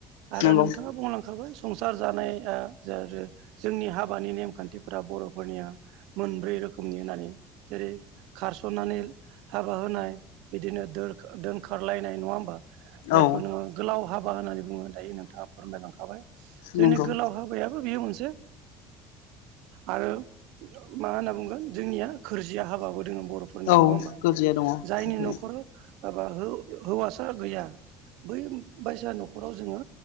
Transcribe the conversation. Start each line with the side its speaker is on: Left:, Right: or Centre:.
Right: आरो
Left: नंगौ
Right: नोंथांङा बुंलां संसार जानाया जोंनि हाबानि नेमखान्थिफोरा बर'फोरनिया मोनब्रै रोखोमनि होननानै जेरै खारस'ननानै हाबा होनाय बिदिनो दोर दोनखारलायनाय नंङा होमबा जायखौ
Left: औ
Right: नोंङो गोलाव हाबा होननानै बुंङो दायो नोंथांङा फोरमायलांखाबाय जोंनि
Left: नंगौ
Right: गोलाव माबा बायाबो बियो मोनसे आरो मा होनना बुंगोन जोंनिया खोरजिया हाबाबो दोंङो बर'फोरनिया
Left: औ
Right: नंङा होमबा
Left: गोरजिया दङ ओमफ्राय
Right: जायनि न'खराव हाबा हो-हौवासा गैया बै बायसा न'खराव जोंङो